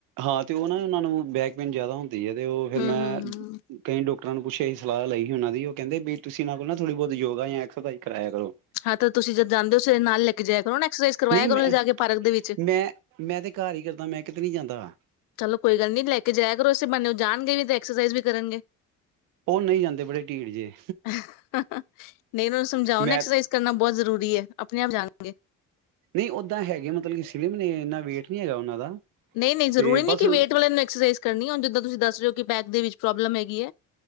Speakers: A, on the right (about 75°); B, on the left (about 75°).
A: ਹਾਂ ਤੇ ਉਹ ਨਾ ਉਹਨਾਂ ਨੂੰ ਬੈਕਪੇਨ ਜ਼ਿਆਦਾ ਹੁੰਦਾ ਤੇ ਉਹ ਫਿਰ
B: ਹਮ
A: ਮੈਂ
B: ਹਮ ਹਮ
A: ਕਈ ਡਕਟਰ ਨੂੰੱਛ ਇਹ ਸਲਾਹ ਲਈ ਸੀ ਉਹਨਾਂ ਦੀ ਉਹ ਕਹਿੰਦੇ ਵੀ ਤੁਸੀ ਇਹਨਾਂ ਕੋਲ ਨਾ ਥੋੜੀ ਬਹੁਤ ਯੋਗਾ ਜਾਂ ਐਕਸਾਈਜ਼ ਕਰਾਇਆ ਕਰੋ
B: ਹਾਂ ਤੇ ਤੁਸੀਂ ਜਦ ਜਾਂਦੇ ਹੋ ਵੇਰੇ ਨਾਲ ਲੈ ਕੇ ਜਾਇਆ ਕਰੋ ਨਾ ਐਕਸਰਸਾਈਜ਼ ਕਰਵਾਇਆ
A: ਨਹੀਂ ਮੈਂ
B: ਕਰੋ ਜਾ ਕੇ ਪਾਰਕ ਦੇ ਵਿੱਚ
A: ਮੈਂ ਮੈਂ ਤੇ ਘਰ ਹੀ ਕਰਦਾ ਮੈਂ <unintelligible>
B: ਚਲੋ ਕੋਈ ਗੱਲ ਨੀ ਲੈ ਕੇ ਜਾਇਆ ਕਰੋ ਅਂ ਬੰਨੇ ਉਹ ਜਾਣਗੇ ਵੀ ਤੇ ਐਕਸਰਸਾਈਜ਼ ਵੀ ਕਰਨਗੇ
A: ਉਹ ਨਹੀਂ ਜਾਂਦੇ ਬੜੇ ਢੀਡ ਜੇ।
B: ਨਹੀਂ ਉਹਨਾਂ ਨੂੰ ਸਮਝਾਓ
A: ਮੈਂ
B: ਨਾ ਐਕਸਰਸਾਈਜ਼ ਕਰਨਾ ਬਹੁਤ ਜ਼ਰੂਰੀ ਹੈ ਆਪਣੇ ਆਪ ਜਾਣਗੇ
A: ਨਹੀਂ ਓਦਾਂ ਹੈਗੇ ਮਤਲਬ ਨੇ ਇੰਨਾ ਵੇਟ ਨੀ ਹੈਗਾ ਉਹਨਾਂ ਦਾ।
B: ਨਹੀਂ ਨਹੀਂ ਜ਼ਰੂਰੀ
A: ਤੇ
B: ਨਹੀਂ
A: ਬਸ
B: ਕਿ ਵੇਟ ਵਾਲਿਆਂ ਨੂੰ ਐਕਸਰਸਾਈਜ਼ ਕਰਨੀ ਜਿੱਦਾਂ ਤੁਸੀਂ ਦੱਸ ਰਹੇ ਕਿ ਬੈਕ ਦੇ ਵਿੱਚ ਪ੍ਰੋਬਲਮ ਹੈਗੀ ਹੈ।